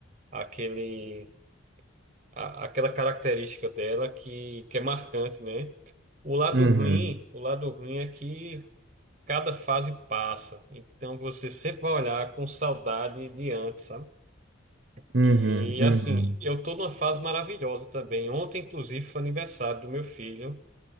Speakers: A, on the right; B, on the right.
A: aquele, a- aquela característica dela que, que é marcante, né? O lado
B: Uhum.
A: ruim, o lado ruim é que cada fase passa, então você sempre vai olhar com saudade de antes, sabe?
B: Uhum,
A: E
B: uhum.
A: assim, eu tô numa fase maravilhosa também. Ontem, inclusive, foi aniversário do meu filho